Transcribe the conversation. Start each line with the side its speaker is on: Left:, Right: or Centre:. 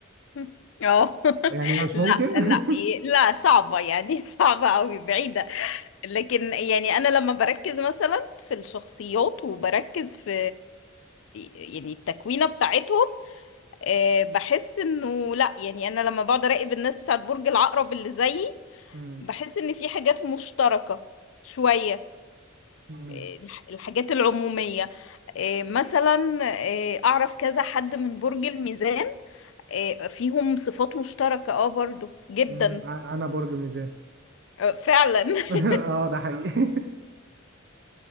Left: <laughs> اه
Right: يعني
Left: <laughs>
Right: مش
Left: لا
Right: ممكن <laughs>
Left: لا إيه، لا صعبة يعني <laughs> صعبة قوي بعيدة لكن يعني انا لما بركز مثلا في الشخصيات وبركز في يعني التكوينة بتاعتهم آه، بحس انه لا يعني انا لما بقعد اراقب الناس بتاعت برج العقرب اللي زيي
Right: مم.
Left: بحس ان في حاجات مشتركة شوية
Right: مم.
Left: آه، الح- الحاجات العمومية آه، مثلا آه، اعرف كذا حد من برج الميزان آه، فيهم صفات مشتركة اه برضو جدا
Right: مم. أ- انا برج ميزان
Left: آه، فعلا <laughs>
Right: <laughs> اه ده حقيقي <laughs>